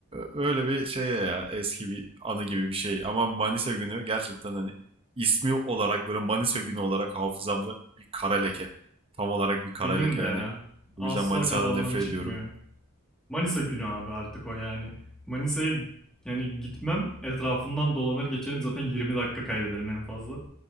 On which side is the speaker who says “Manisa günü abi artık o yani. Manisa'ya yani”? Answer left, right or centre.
Centre